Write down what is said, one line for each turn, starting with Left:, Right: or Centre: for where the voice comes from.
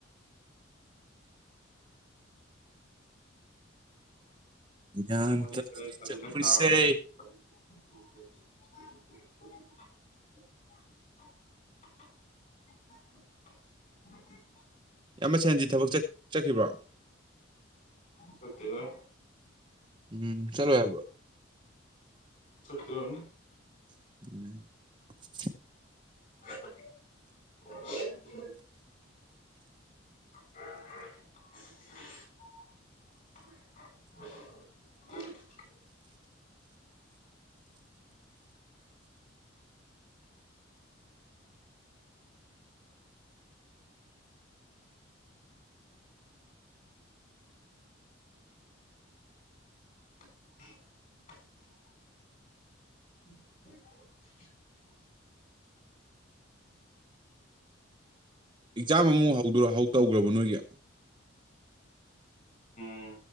Right: <unintelligible>
Left: ꯅꯪ ꯋꯥꯔꯤ ꯈꯔ ꯁꯥꯖꯤꯜꯂ
Right: <unintelligible>
Left: ꯇꯥꯕꯅꯤ <inaudible> <inaudible>
Right: ꯏꯌꯥꯝꯕ <unintelligible> ꯊꯕꯛ ꯆꯠ ꯆꯠꯈꯤꯕꯔꯣ꯫
Left: ꯆꯠꯇꯦꯗꯥ
Right: ꯎꯝ ꯆꯠꯂꯣꯏ ꯍꯥꯏꯕ꯭ꯔꯣ
Left: ꯆꯠꯇꯣꯏ ꯑꯣꯏꯔꯝꯅꯤ꯫
Right: <unintelligible>
Left: <unintelligible> <inaudible> <unintelligible> <inaudible> <unintelligible> <inaudible> <inaudible> <inaudible> <unintelligible>
Right: ꯑꯦꯛꯖꯥꯝ ꯑꯃꯨꯛ ꯍꯧꯗꯨ ꯍꯧ ꯇꯧꯈ꯭ꯔꯕꯣ ꯅꯣꯏꯒꯤ
Left: ꯎꯝ